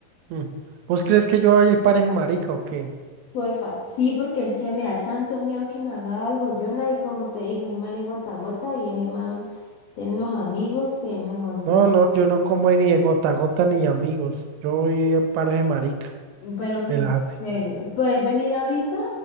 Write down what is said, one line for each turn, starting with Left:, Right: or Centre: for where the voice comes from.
Right: Mm. ¿Vos crees que yo vaya y pare ese marica o qué?
Left: Porfa, sí, porque es que me da tanto miedo que me haga algo, Jonah, y como te digo, ese man es gota a gota y ese man tiene unos amigos que, mejor dicho.
Right: No, no, yo no como ni de gota a gota ni de amigos. Yo voy a paros de marica.
Left: Pero que
Right: Relájate.
Left: en serio, ¿puedes venir ahorita?